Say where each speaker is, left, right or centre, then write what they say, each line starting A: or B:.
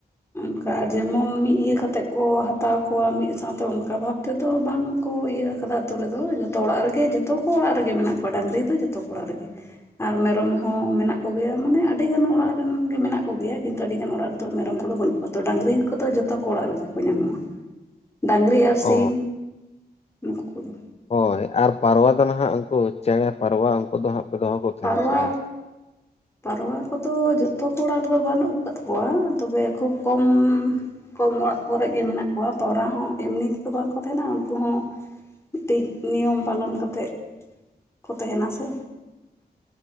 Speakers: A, on the left; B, on the left.
A: <unintelligible> ᱡᱮᱢᱚᱱ ᱢᱤᱫ ᱤᱭᱟᱹ ᱠᱟᱛᱮᱫ ᱠᱚ ᱦᱟᱛᱟᱣ ᱠᱚᱣᱟ ᱢᱤᱫ ᱥᱟᱶᱛᱮ ᱚᱱᱠᱟ ᱵᱷᱟᱵᱽ ᱛᱮᱫᱚ ᱵᱟᱝ ᱠᱚ ᱤᱭᱟᱹ <unintelligible> ᱟᱹᱛᱩ ᱨᱮᱫᱚ ᱡᱚᱛᱚ ᱚᱲᱟᱜ ᱨᱮᱜᱮ ᱡᱚᱛᱚ ᱠᱚ ᱚᱲᱟᱜ ᱨᱮᱜᱮ ᱢᱮᱱᱟᱜ ᱠᱚᱣᱟ ᱰᱟᱹᱟᱝᱨᱤ ᱫᱚ ᱡᱷᱚᱛᱚ ᱠᱚ ᱚᱲᱟᱜ ᱨᱮᱜᱮ ᱟᱨ ᱢᱮᱨᱚᱢ ᱦᱚᱸ ᱦᱚᱸ ᱢᱮᱱᱟᱜ ᱠᱚᱜᱮᱭᱟ ᱢᱟᱱᱮ ᱟᱹᱰᱤ ᱜᱟᱱ ᱚᱲᱟᱜ ᱨᱮᱱ ᱜᱮ ᱢᱮᱱᱟᱜ ᱠᱚᱜᱮᱭᱟ ᱠᱤᱱᱛᱩ ᱟᱹᱰᱤ ᱜᱟᱱ ᱚᱲᱟᱜ ᱨᱮᱫᱚ ᱢᱮᱨᱚᱢ ᱠᱚᱫᱚ ᱵᱟᱹᱱᱩᱜ ᱟᱠᱟᱫ ᱠᱚᱣᱟ ᱰᱟᱹᱝᱨᱤ ᱠᱚᱫᱚ ᱡᱷᱚᱛᱚ ᱠᱚ ᱚᱲᱟᱜ ᱨᱮᱜᱮ ᱠᱚ ᱧᱟᱢᱚᱜᱼᱟ ᱾ ᱰᱟᱝᱨᱤ ᱟᱨ ᱥᱤᱢ
B: ᱚ
A: ᱱᱩᱠᱩ ᱠᱚᱫᱚ
B: ᱦᱳᱭ ᱟᱨ ᱯᱟᱨᱣᱟ ᱫᱚ ᱱᱟᱦᱟᱜ ᱩᱱᱠᱩ ᱪᱮᱬᱮ ᱯᱟᱨᱣᱟ ᱩᱱᱠᱩ ᱫᱚ ᱦᱟᱸᱜ ᱯᱮ ᱫᱚᱦᱚ ᱠᱚ ᱛᱟᱦᱮᱱᱟ
A: ᱯᱟᱨᱣᱟ
B: ᱥᱮ ᱵᱟᱝ?
A: ᱯᱟᱨᱣᱟ ᱠᱚᱫᱚ ᱡᱚᱛᱼᱼ ᱛᱚ ᱠᱚ ᱚᱲᱟᱜ ᱨᱮᱫᱚ ᱵᱟᱹᱱᱩᱜ ᱟᱠᱟᱫ ᱠᱚᱣᱟ ᱛᱚᱵᱮ ᱠᱷᱩᱵ ᱠᱚᱢ ᱠᱚᱢ ᱚᱲᱟᱜ ᱠᱚᱨᱮᱜ ᱜᱮ ᱢᱮᱱᱟᱜ ᱠᱚᱣᱟ ᱯᱟᱣᱨᱟ ᱦᱚᱸ ᱮᱢᱱᱤ ᱛᱮᱫᱚ ᱵᱟᱝᱠᱚ ᱛᱟᱦᱮᱱᱟ ᱩᱱᱠᱩ ᱦᱚᱸ ᱢᱤᱫᱴᱤᱡ ᱱᱤᱭᱚᱢ ᱯᱟᱞᱚᱱ ᱠᱟᱛᱮᱜ ᱠᱚ ᱛᱟᱸᱦᱮᱱᱟ ᱥᱮ